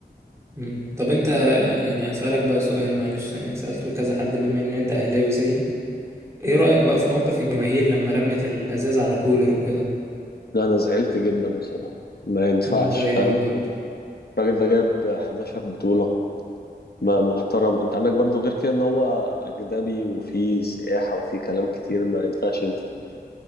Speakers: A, on the right; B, on the left.
A: مم. طب انت يعني هسألك بقى سؤال معلش يعني سألته لكذا حد بما ان انت اهلاوي زيي ايه رأيك بقى في موقف الجماهير لما رمت الازاز على كولر وكده
B: لا انا زعلت جدا بصراحه ما ينفعش
A: انا زيك
B: فاهم
A: برضه
B: الراجل ده جاب 11 بطوله ما محترم انت عندك برضو غير كده ان هو اجنبي وفي سياحه وفي كلام كتير ما ينفعش انت تعمل كده